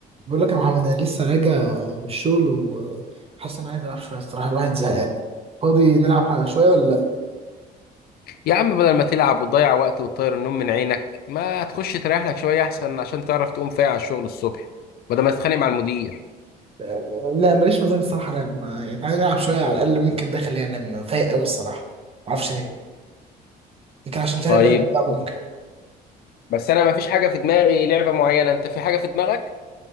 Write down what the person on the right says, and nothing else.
بقول لك يا محمد انا لسه راجع من الشغل وحاسس ان انا عايز العب شويه الصراحه الواحد زهقان فاضي نلعب ح- شويه ولا لا
آه، لا ماليش مزاج الصراحه انام يعني تعالى نلعب شويه على الاقل ممكن ده خلينا انام فايق قوي الصراحه ما اعرفش ليه يمكن عشان تاني
بقى بقى ممكن